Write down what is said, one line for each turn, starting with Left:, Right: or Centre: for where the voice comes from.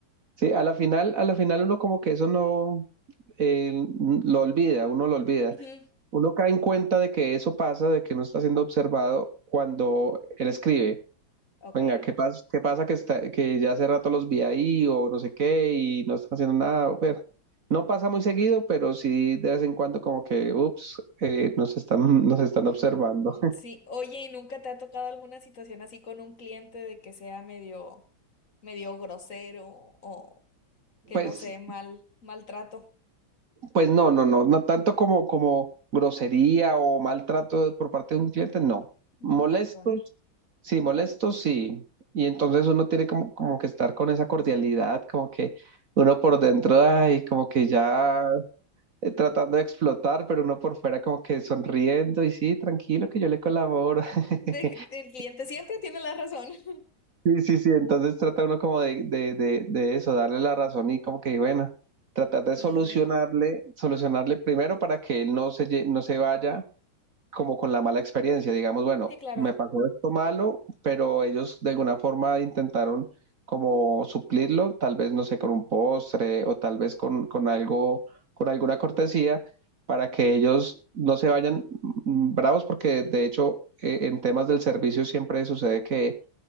Right: Sí, a la final, a la final uno como que eso no, eh, lo olvida, uno lo olvida.
Left: Ujú,
Right: Uno cae en cuenta de que eso pasa, de que no está siendo observado cuando él escribe.
Left: Ok.
Right: Venga, ¿qué pasa? ¿Qué pasa que está, que ya hace rato los vi ahí o no sé qué y no están haciendo nada? O ver, no pasa muy seguido, pero sí de vez en cuando como que, ups, eh, nos están, <laughs> nos están
Left: Mm,
Right: observando.
Left: mm, Sí, oye, ¿y nunca te ha tocado alguna situación así con un cliente de que sea medio, medio grosero o que
Right: Pues,
Left: no sé, mal, maltrato?
Right: pues no, no, no, no tanto como, como grosería o maltrato por parte de un cliente, no.
Left: No,
Right: Molestos,
Left: ah, qué bueno.
Right: Sí, molesto, sí. Y entonces uno tiene como, como que estar con esa cordialidad, como que uno por dentro, ay, como que ya eh, tratando de explotar, pero uno por fuera como que sonriendo y sí, tranquilo que yo le colaboro. <laughs>
Left: De- el cliente siempre tiene la razón. <laughs>
Right: Sí, sí, sí, entonces trata uno como de, de, de, de eso, darle la razón y como que, bueno, tratar de
Left: Sí,
Right: solucionarle, solucionarle primero para que él no se, lle- no se vaya como con la mala experiencia, digamos, bueno,
Left: sí, claro.
Right: me pasó esto malo, pero ellos de alguna forma intentaron como suplirlo, tal vez, no sé, con un postre o tal vez con, con algo, con alguna cortesía para que ellos no se vayan mm, bravos, porque de hecho eh, en temas del servicio siempre sucede que